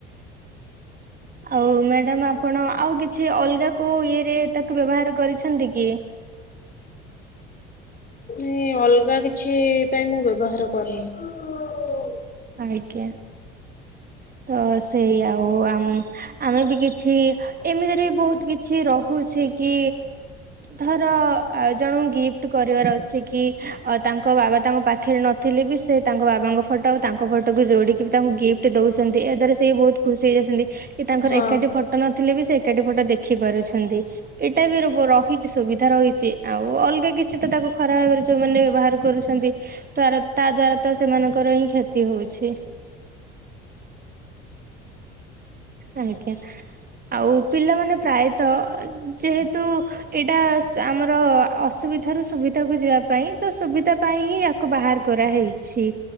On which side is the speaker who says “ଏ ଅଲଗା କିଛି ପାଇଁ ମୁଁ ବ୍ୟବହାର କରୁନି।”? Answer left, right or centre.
Left